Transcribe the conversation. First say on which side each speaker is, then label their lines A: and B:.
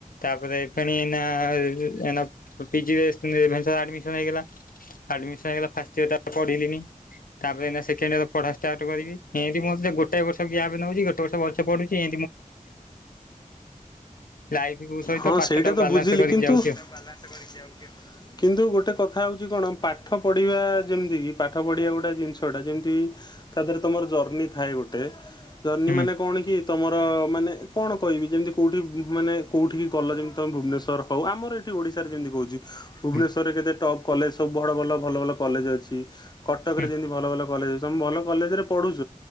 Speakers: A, on the left; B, on the left.
A: ତାପରେ ପୁଣି ଏଇନା ପିଜି ଏ ରେଭେନ୍ସା ରେ ଆଡମିସନ ହେଇଗଲା। ଆଡମିସନ ହେଇଗଲା ଫାଷ୍ଟ ଇୟର ଟା ପଢିଲିନି ତାପରେ ଏଇନା ସେକ୍ କେଣ୍ଡ୍ ଇଅର ପଢା ଷ୍ଟାର୍ଟ କରିବି। ଏମିତି ମତେ ଗୋଟେ ବର୍ଷଆ ଗ୍ୟାପ ନଉଚି ଗୋଟେ ବର୍ଷ ଭଲ ସେ ପଢୁଚି ଏ ଲାଇଫ ସହିତ
B: ହଁ
A: ପାଠ
B: ସେଇଟା
A: ଟାକୁ
B: ତ
A: ବାଲାନ୍ସ
B: ବୁଝିଲି
A: କରିକି
B: କିନ୍ତୁ
A: ଯାଉଛି
B: ଚାଷ
A: ଆଉ।
B: କରିଚି ଆଉ କିନ୍ତୁ ଗୋଟେ କଥା ହଉଚି କଣ ପାଠ ପଢିବା ଯେମିତି କି ପାଠ ପଢିବା ଗୋଟେ ଜିନିଷ ଠ ଟା ଯେମିତି ତା ଦେହରେ ତମର ଜର୍ଣିି ଥାଏ ଗୋଟେ ଜର୍ଣିୀ
A: ହୁଁ
B: ମାନେ କଣ କି ତମର ମାନେ କଣ କହିବି ଯେମିତି କେଉଁଠି ମାନେ କଉଁଠିକି ଗଲଣି ତମେ ଭୁବନେଶ୍ୱର ହଉ ଆମର ଏଠି ଓଡିଶାରେ ଯେମିତି କହୁଚି ଭୁବନେଶ୍ୱରରେ
A: ହୁଁ
B: କେତେ ଟପ୍ କଲେଜ ସବୁ ବଡ଼ ଭଲ ଭଲ ଭଲ କଲେଜ ଅଛି। କଟକରେ
A: ହୁଁ
B: ଯେମିତି ଭଲ ଭଲ କଲେଜ ଅଛି। ତମେ ଭଲ କଲେଜ ରେ ପଢୁଛ